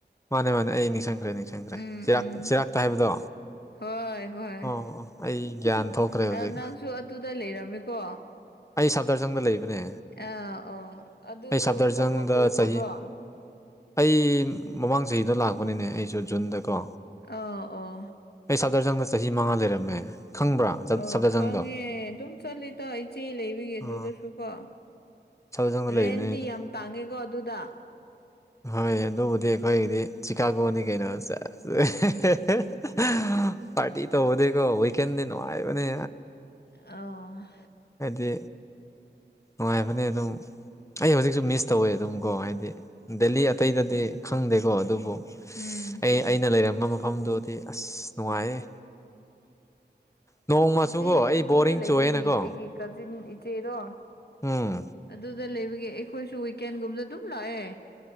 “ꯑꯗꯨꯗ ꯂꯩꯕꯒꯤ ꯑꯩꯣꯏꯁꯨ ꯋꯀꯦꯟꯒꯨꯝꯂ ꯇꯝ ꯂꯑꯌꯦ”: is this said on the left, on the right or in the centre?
Left